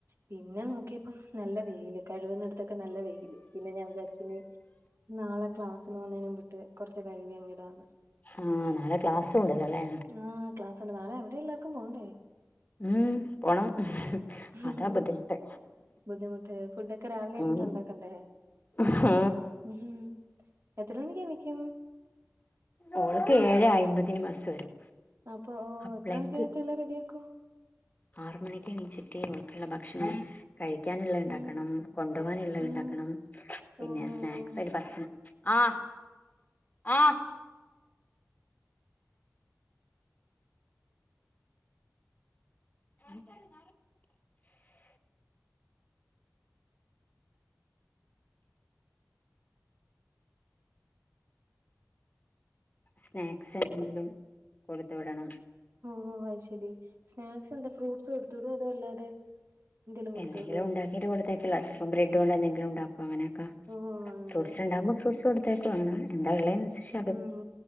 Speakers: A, on the right; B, on the left.
A: പിന്നെ നോക്കിയപ്പം നല്ല വെയില് കഴുകുന്നിടുത്തൊക്കെ നല്ല വെയിയില് പിന്നെ ഞാൻ വിചാരിച്ച് ഇനി നാളെ ക്ലാസ്സിന് പൊകുന്നെനുമ്പയിട്ട് കൊറച് കഴികി അങ്ങ് ഇടാന്ന്
B: ആഹ്‌ നളെ ക്ലാസ്സ് ഉണ്ടല്ലോല്ലേ
A: ആഹ്‌ ക്ലാസ്ണ്ട് നാളെ അവിടെ എല്ലാവർക്കും പോകണ്ടേ
B: ഉം പോണം
A: ഉം
B: അതാ ബുദ്ധിമുട്ട്
A: ബുദ്ധിമുട്ട് ഫുഡൊക്കെ രാവിലെ എണീറ്റ്
B: ഉം ഉം
A: ഉണ്ടാക്കണ്ടേ
B: ഉം
A: ഉം എത്ര മണിക്ക് എണിക്കും
B: ഓൾക്ക് ഏഴെ അയിമ്പതിന് ബസ്സ് വരും
A: അപ്പൊ
B: അപ്പളേക്ക്
A: എത്ര മണിക്കെണീറ്റ്എല്ലാം റെഡിയാക്കും
B: ആറ് മണിക്ക് എണീചിറ്റി ഓൽക്കുള്ള ഭക്ഷണം കഴിക്കാനുള്ളത് ഉണ്ടാക്കണം
A: ഉം
B: കൊണ്ടുപോകാനുള്ളത്
A: ഉം
B: ഉണ്ടാക്കണം പിന്നെ
A: ഓഹ്
B: സ്നാക്സ് രി പത്ത് മിന്റ് ആഹ്‌ ആഹ് <inaudible> <inaudible> സ്നാക്സ് എന്തെങ്കിലും കൊടുത്ത് വിടണം
A: ഓഹ് ഓഹ് അയി ശെരി സ്നാക്സ് എന്താ ഫ്രൂട്ട്സ് കൊടുത്തടൂ അതോ അല്ലാതെ എന്തേലും കൊടുത്തു
B: എന്തെങ്കും
A: വിടോ
B: ഉണ്ടാക്കിട്ട കൊടുത്തേക്കല്ല ചപ്പ ബ്രഡ് കൊണ്ട് എന്തങ്കിലും ഉണ്ടാക് അങ്ങനെയക്ക
A: ഓ അങ്ങനെ
B: ഫ്രൂട്സ്
A: ആ
B: ഉണ്ടാവുമ്പോ ഫ്രൂട്സ് കൊടുത്തേക്കും അങ്ങന എന്താ ഉള്ള അനുസരിച്
A: ഉം